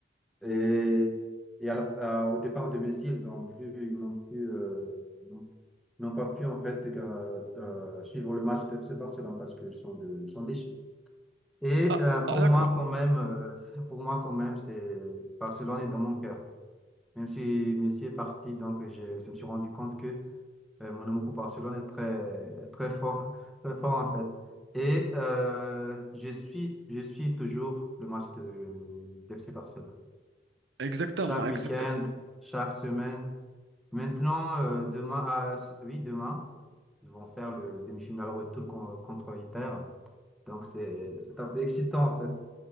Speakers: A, in the centre; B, on the right (about 85°).
A: Et, et à la- à- au départ de Messi, ils n'ont plus, ils n'ont plus, euh, n'ont n'ont pas pu, en fait, euh, euh, suivre le match de FC Barcelone parce qu'ils sont, de- ils sont déçus. Et
B: Ah,
A: euh, pour
B: ah, d'accord.
A: moi, quand même, euh, pour moi, quand même, c'est Barcelone est dans mon cœur. Même si Messi est parti, donc j'ai je me suis rendu compte que euh, Monaco Barcelone est très, très fort, <laughs> très fort en fait. Et euh, je suis, je suis toujours le match de, d'FC Barcelone.
B: Exactement,
A: Chaque
B: exactement,
A: week-end, chaque semaine. Maintenant, euh, demain, à, oui, demain, ils vont faire le demi-finale retour con- contre Inter. Donc, c'est, c'est un peu excitant en fait.